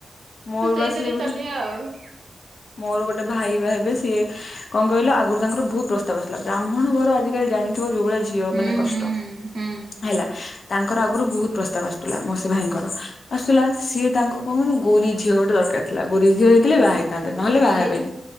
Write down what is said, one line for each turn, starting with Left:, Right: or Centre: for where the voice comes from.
Left: ମୋର
Right: <unintelligible> ସେଇଥିରେ
Left: ବା ସେ ଗୋଟେ
Right: ଚାଲିବା ଆଉ।
Left: ମୋର ଗୋଟେ ଭାଇ ବା ହେବେ ସିଏ କଣ କହିଲ ଆଗରୁ ତାଙ୍କର ବୋହୁତ୍ ପ୍ରସ୍ତାବ ଆସିଥିଲା, ବ୍ରାହ୍ମଣ ଘର ଆଜିକାଲି ଜାଣିଥିବ ଯୋଉ ଭଳି ଝିଅ
Right: ହୁଁ
Left: ମାନେ କଷ୍ଟ
Right: ହୁଁ ହୁଁ
Left: <inaudible> ହେଲା। ତାଙ୍କର ଆଗରୁ ବୋହୁତ ପ୍ରସ୍ତାବ ଆସୁଥିଲା, ମୋସୀ ଭାଇଙ୍କର ଆସୁଥିଲା ସିଏ ତାଙ୍କ କଣ ଗୋରୀ ଝିଅ ଗୋଟେ ଦରକାର ଥିଲା, ଗୋର ଝିଅ ହେଇଥିଲେ ବାହା ହେଇଥା ଥାନ୍ତେ ନହେଲେ ବାହା
Right: ହୁଁ ଏ
Left: ହେବେନି,